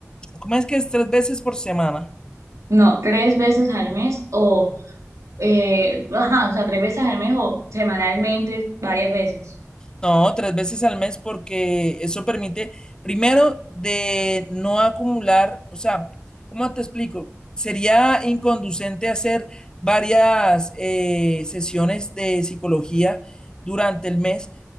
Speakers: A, on the left; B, on the right.
A: ¿cómo es que es tres veces por semana?
B: No, tres veces al mes o, eh, ajá, o sea, tres veces al mes o semanalmente varias veces.
A: No, tres veces al mes porque eso permite, primero, de no acumular, o sea, ¿cómo te explico? Sería inconducente hacer varias eh, sesiones de psicología durante el mes,